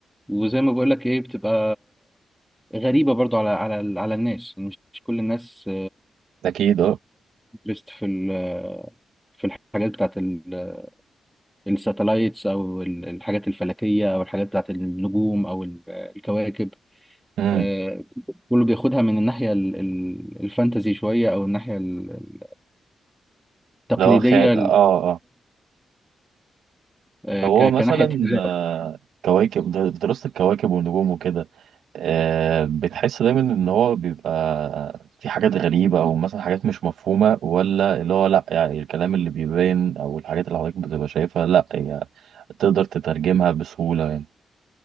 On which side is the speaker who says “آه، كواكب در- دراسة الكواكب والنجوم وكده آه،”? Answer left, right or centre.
Right